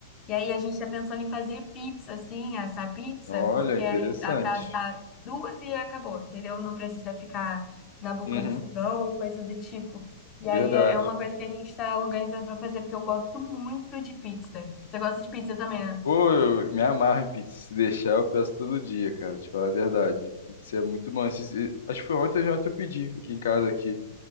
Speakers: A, on the left; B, on the left.
A: E aí a gente tá pensando em fazer pizza, assim, assar pizza,
B: Olha,
A: porque
B: interessante.
A: aí dá para assar duas e acabou, entendeu? Não precisa ficar na boca
B: Uhum,
A: do fogão, coisa do tipo. E
B: verdade.
A: aí é é uma coisa que a gente está organizando para fazer, porque eu gosto muito de pizza. Você gosta de pizza também, né?
B: Pô, eu me amarro em pizza. Se deixar, eu peço todo dia, cara. Te falar a verdade. Pizza é muito bom. Esses- e- Acho que foi ontem ou ontem eu pedi aqui em casa aqui.